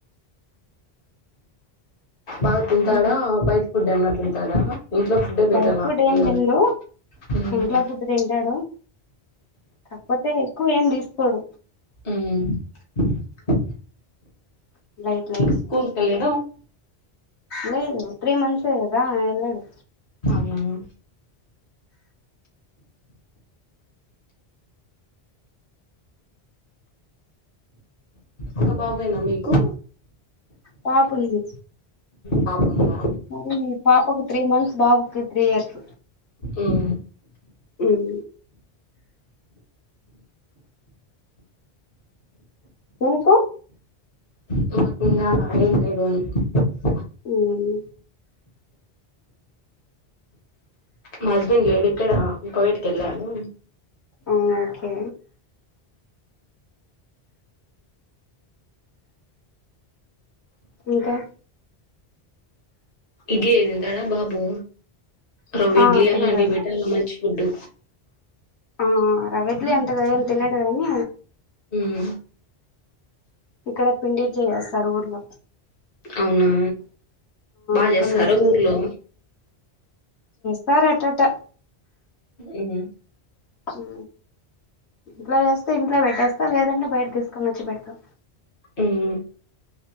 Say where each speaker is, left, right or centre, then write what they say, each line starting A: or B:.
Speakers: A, on the left; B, on the left.
A: బాగ తింటాడ
B: ఇంకా
A: బయట ఫుడ్ అన్న తింటాడ ఇంట్లో ఫుడ్డే
B: బయట
A: పెట్టాల
B: ఫుడ్ ఏం
A: పిల్లలకి
B: తిండు
A: ఉమ్
B: ఇంట్లో ఫుడ్డు తింటాడు కాకపోతే ఎక్కువేం తీసుకోడు
A: ఉమ్ మ్మ్
B: తినపేట్ <inaudible>
A: స్కూల్ కెల్లడ
B: లేదు త్రీ మంత్స్ ఏ కదా ఎల్లడు
A: అవునా ఒక బాబేనా మీకు
B: పాపుంది
A: పాప ఉందా
B: మరి పాపకు త్రీ మంత్స్ బాబుకి త్రీ ఇయర్స్
A: ఉమ్
B: ఉమ్ మీకు
A: <inaudible> ఏమో పిల్లాన ఏం లేడు మీకు
B: ఊమ్
A: మా హస్బెండ్ లేడు ఇక్కడ కువైట్ కెళ్ళాడు
B: ఆ ఓకే ఇంకా
A: ఇడ్లీ అయిదు తింటాడ బాబు రవ్వ
B: ఆ
A: ఇడ్లీ అలా
B: తింటాడు
A: అండి బెట్టాల మంచి గుడ్డు
B: ఆ రవ్వ ఇడ్లీ అంత గా ఏమ్ తినడు గాని
A: ఉం
B: ఇక్కడ పిండి ఇడ్లీ వేస్తారు వుర్లో
A: అవునా బాగ
B: అక్కడ
A: చేస్తారా
B: నుండి చేస్
A: ఊర్లో
B: సారి అట్ట అట్ట
A: ఉం
B: ఉం ఇంట్లో చేస్తే ఇంట్లో పెట్టేస్తా లేదంటే బయట తీసుకొని వచ్చి పెడతా
A: ఉం